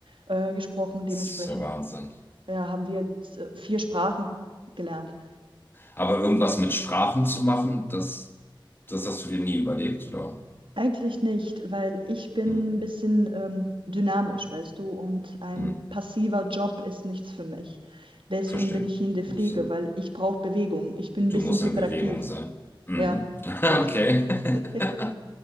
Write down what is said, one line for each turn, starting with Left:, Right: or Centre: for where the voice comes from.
Right: äh, gesprochen. Dementsprechend
Left: das ist der Wahnsinn.
Right: ja, haben wir jetzt, äh, vier Sprachen gelernt.
Left: Aber irgendwas mit Sprachen zu machen, das, das hast du dir nie überlegt, oder?
Right: Eigentlich nicht, weil ich bin
Left: Mm,
Right: ein bisschen, ähm, dynamisch, weißt du, und ein
Left: mm,
Right: passiver Job ist nichts für mich. Deswegen
Left: verstehe.
Right: bin ich hier in der Pflege,
Left: Du musst in,
Right: weil ich brauche Bewegung. Ich bin
Left: du
Right: ein bisschen
Left: musst
Right: hyperaktiv.
Left: in Bewegung sein. Mhm.
Right: Ja,
Left: <laughs>
Right: deswegen.
Left: Okay. <laughs>
Right: <laughs>